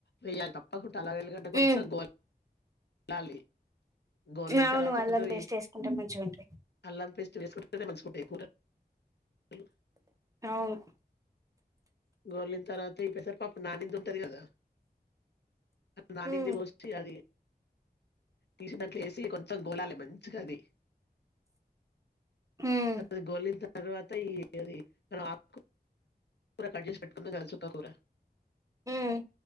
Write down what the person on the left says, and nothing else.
వెయ్యాలి, తప్పకుంటా అల్ల వెల్గడ
కొంచెం
గో <inaudible> లాలి గోలిన్
తర్వాత
కొంచెం
ఈ
అల్లం పేస్ <unintelligible> <inaudible>
గోలిన్ తర్వాత ఈ పెసర్ పప్పు నానిన్ది ఉంటది గదా నానింది
వోసి అది తీసిన్ దాంట్లో ఏసీ కొంతం గోలాలె మంచిగ అది
అది గోలిన తర్వాత ఈ అది మనం అప్కొ కూర కడ్జేసి పెట్టుకున్నం గా చుక్కకూర